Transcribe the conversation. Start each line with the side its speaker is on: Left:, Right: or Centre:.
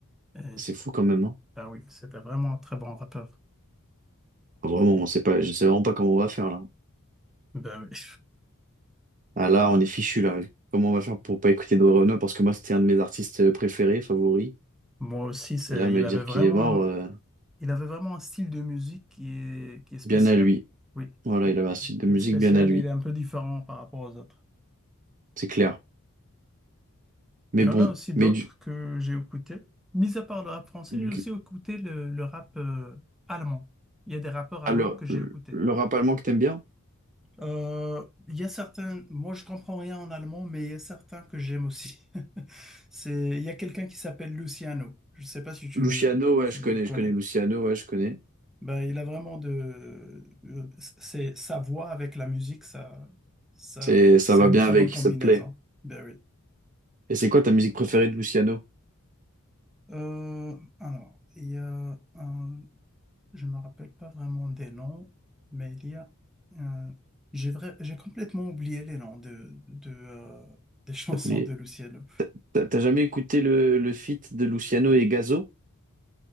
Centre: Et,
Right: C'est fou quand même, hein.
Centre: ben oui, c'était vraiment un très bon rappeur.
Right: Ah, Vraiment, on sait pas, je sais vraiment pas comment on va faire là.
Centre: Ben oui.
Right: Ah là, on est fichu là. Comment on va faire pour pas écouter de Renaud? Parce que moi, c'était un de mes artistes euh, préférés, favoris.
Centre: Moi aussi, c'est,
Right: Et là, me
Centre: il
Right: dire
Centre: avait vraiment,
Right: qu'il est mort,
Centre: un-
Right: euh,
Centre: il avait vraiment un style de musique qui est, qui est spécial.
Right: bien à lui.
Centre: Oui,
Right: Voilà,
Centre: qui,
Right: il avait un style de musique
Centre: il est spécial,
Right: bien à lui,
Centre: il est un peu différent par rapport aux autres.
Right: c'est clair. Mais
Centre: Il y
Right: bon,
Centre: en a aussi d'autres
Right: mais du...
Centre: que j'ai écoutés. Mis à part le rap français,
Right: mais
Centre: j'ai aussi
Right: qui-
Centre: écouté le, le rap euh, allemand. Il y a des rappeurs allemands
Right: Ah, le,
Centre: que j'ai écoutés.
Right: le rap allemand que t'aimes bien?
Centre: Euh, il y a certains, moi je comprends rien en allemand, mais il y a certains que j'aime aussi. <laughs> C'est, il y a quelqu'un qui s'appelle Luciano. Je ne sais pas si tu,
Right: Luciano, ouais,
Centre: tu
Right: je
Centre: le
Right: connais,
Centre: connais.
Right: je connais Luciano, ouais, je connais.
Centre: Ben, il a vraiment de, euh, c'est sa voix avec la musique, ça, ça,
Right: C'est, ça
Centre: c'est
Right: va
Centre: une
Right: bien
Centre: très
Right: avec,
Centre: bonne combinaison.
Right: ça te plaît.
Centre: Ben oui.
Right: Et c'est quoi ta musique préférée de Luciano?
Centre: Euh, alors, il y a un. Je ne me rappelle pas vraiment des noms, mais il y a... euh, j'ai vrai- j'ai complètement oublié les noms de, de, euh, des <laughs> chansons
Right: T'as oublié.
Centre: de Luciano.
Right: T'as t'as jamais écouté le, le feat de Luciano et Gazo?